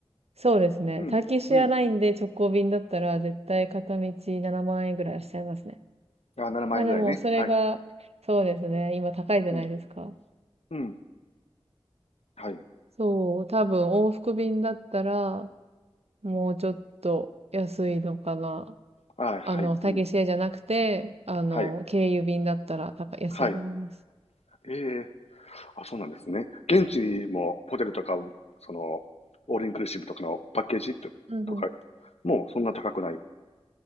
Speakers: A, on the right; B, on the left.
A: そうですね。
B: うん。
A: ターキッシュエアラインで直行便だったら、
B: うん。
A: 絶対片道7万円ぐらいはしちゃいますね。
B: あ、7万円ぐらいね。
A: まあでも、それが、
B: はい。
A: そうですね。今高いじゃないですか。
B: うん。うん。はい。
A: そう、多分往復便だったら、もうちょっと安いのかな。
B: あ、はい。
A: あの、タキシエじゃなくて、
B: うん。
A: あの、
B: はい。
A: 経由便だったら高い安いと思います。
B: はい。えー、あ、そうなんですね。現地もホテルとか、その、オールインクルーシブとかのパッケージととか、
A: うんうん。
B: もうそんな高くない。